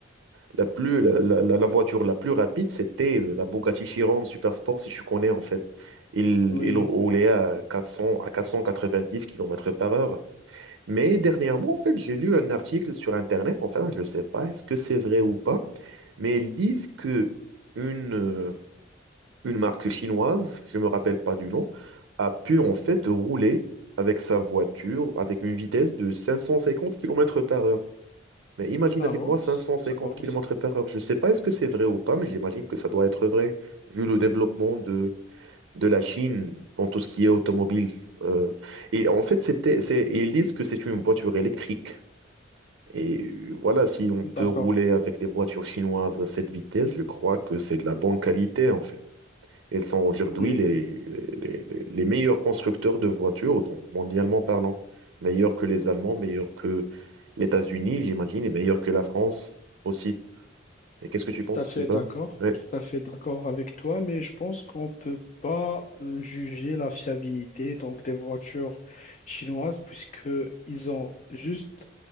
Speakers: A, on the right (about 80°); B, on the left (about 40°).
A: la plus, la, la- la- la voiture la plus rapide, c'était euh, la Bugatti Chiron Super Sport si tu connais en fait. Il,
B: Oui,
A: il
B: oui.
A: roulait à 400, à 490 kilomètres par heure. Mais dernièrement, en fait, j'ai lu un article sur Internet, enfin, je ne sais pas, est-ce que c'est vrai ou pas, mais ils disent que une, euh, une marque chinoise, je ne me rappelle pas du nom, a pu en fait rouler avec sa voiture avec une vitesse de 550 km par heure. Mais imagine
B: Ah
A: avec
B: bon?
A: moi 550 km
B: C'est drôle, ça.
A: par heure. Je ne sais pas est-ce que c'est vrai ou pas, mais j'imagine que ça doit être vrai, vu le développement de, de la Chine dans tout ce qui est automobile. Euh, et en fait, c'était, c'est, et ils disent que c'est une voiture électrique. Et euh, voilà, si on
B: D'accord.
A: peut rouler avec des voitures chinoises à cette vitesse, je crois que c'est de la bonne qualité, en fait. Ils sont aujourd'hui
B: Oui.
A: les, les, les- les meilleurs constructeurs de voitures, donc mondialement parlant. Meilleurs que les Allemands, meilleurs que les États-Unis, j'imagine, et meilleurs que la France aussi. Et qu'est-ce que tu
B: Tout
A: penses
B: à fait
A: de ça?
B: d'accord,
A: Oui,
B: tout à fait d'accord avec toi, mais je pense qu'on peut pas euh, juger la fiabilité donc des voitures chinoises puisque ils ont juste